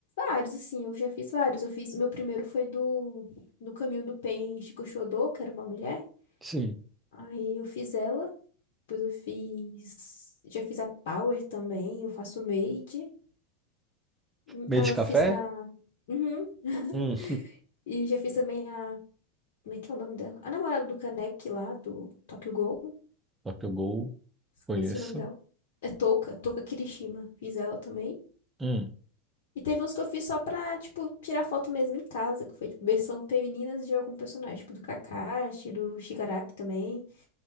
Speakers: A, on the left (about 65°); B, on the right (about 15°).
A: vários, assim, eu já fiz vários. Eu fiz, o meu primeiro foi do, do Caminho do Pen Chico Xodó, que era uma mulher.
B: Sim.
A: Aí eu fiz ela, depois eu fiz, já fiz a Power também, eu faço Made. Hum,
B: Meio
A: Ah,
B: de
A: eu
B: café?
A: fiz a, uhum. <laughs>
B: Hum,
A: E já fiz também a, como é que é o nome dela? A namorada do Kaneki lá, do Tokyo Ghoul.
B: Tokyo Ghoul,
A: Esqueci
B: conheço.
A: o nome dela. É Touka, Touka Kirishima. Fiz ela também.
B: Hum.
A: E teve uns que eu fiz só pra, tipo, tirar foto mesmo em casa, que foi, tipo, versão femininas de algum personagem, tipo, do Kakashi, do Shigaraki também.